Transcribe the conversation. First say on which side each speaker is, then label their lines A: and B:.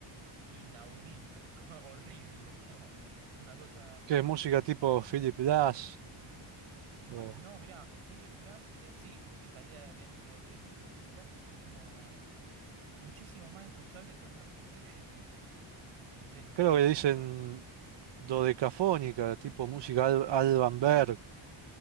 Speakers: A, on the right (about 80°); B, on the right (about 55°).
A: inaudible, <laughs> como horrible, digamos. Es una cosa muy...
B: ¿qué es música tipo Philip Glass?
A: Bueno,
B: O
A: no, mirá, Philip Glass, eh, sí, estaría dentro de eso, pero Philip Glass es como muchísimo más escuchable que otras cosas <laughs> que te, que te enseñan.
B: creo que le dicen dodecafónica, tipo música Al- Alban Berg,